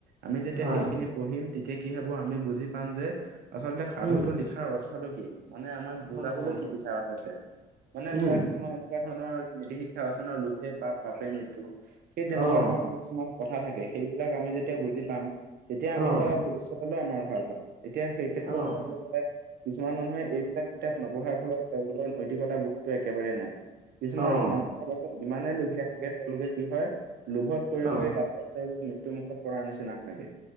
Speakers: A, on the right (about 65°); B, on the right (about 45°).
A: আমি যেতিয়া
B: হয়,
A: সেইখিনি পঢ়িম তেতিয়া কি হব আমি বুজি পাম যে- আচলতে সাধুটো
B: উম,
A: লিখাৰ অৰ্থটো কি? মানে আমাক বুজাবলৈ
B: হয়, হয়,
A: কি বিচৰা হৈছে, মানে ধৰা
B: উম,
A: কিছু কিছুমান এনেকুৱা ধৰণৰ নিতি শিক্ষা আছে ন লোভে পাপ পাপে মৃত্যু সেই তেনেকুৱা
B: অ',
A: ধৰণৰ কিছুমান- কথা থাকে সেইবিলাক আমি যেতিয়া বুজি পাম, তেতিয়া আমি
B: অ',
A: ধৰা ভৱিষ্যতলৈ আমাৰ ভাল হব। এতিয়া সেই ক্ষেত্ৰত
B: অ',
A: চাবলৈ গ'লে- কিছুমান মানুহে এইবিলাক কিতাপ নপঢ়াৰ ফলত তেওঁলোকৰ নৈতিকতা বোধতো একেবাৰে নাই। কিছুমান
B: অ',
A: মানুহ চাবাচোন ইমানেই লুভীয়া থাকে তেওঁলোকে কি হয়। লোভত পৰি
B: অ',
A: পৰি লাষ্টত তেওঁলোক মৃত্যুমুখত পৰা নিচিনা হয়গৈ